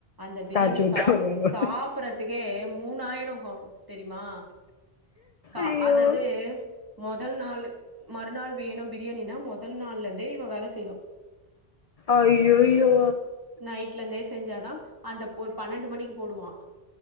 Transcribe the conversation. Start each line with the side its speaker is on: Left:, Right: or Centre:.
Right: அந்த பிரியாணி
Left: தாஜூத்க்கு
Right: சாப்
Left: வருவாங்க
Right: சாப்றதுக்கே மூணாயிடுக்கு தெரிமா கா
Left: ஐயோ
Right: அதுதது மொதல் நாளு மறுநாள் வேணு பிரியாணினா மொதல் நாள்லேருந்தே இவ வேல செய்ணு
Left: அய்யய்யோ
Right: நைட்லருந்தே செஞ்சாதா அந்த ஒரு பன்னெண்டு மணிக்கு போடுவா